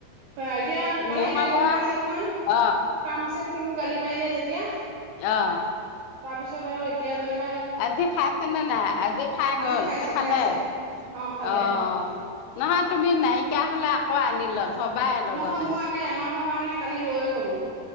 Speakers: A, on the right (about 80°); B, on the left (about 90°).
A: হয় এতিয়া কালি
B: নহ'লে
A: এতিয়া গম পাইছে নহয়
B: অ
A: ফাৰ্মাচত সিও গালি পাৰিলে যেতিয়া।
B: অহ।
A: তাৰপিছত আৰু এতিয়া যেনে
B: আজি খাইছেনে নাই আজি খাই
A: আজি
B: গল
A: খাইছে
B: এ খালে?
A: খাইছে অ খালে
B: অ', নহয় তুমি নাইকিয়া হলে আকৌ আনি ল থবাই লগতে
A: নহয় মই আকে এমাহৰ কাৰণে কালি লৈয়ে গলোঁ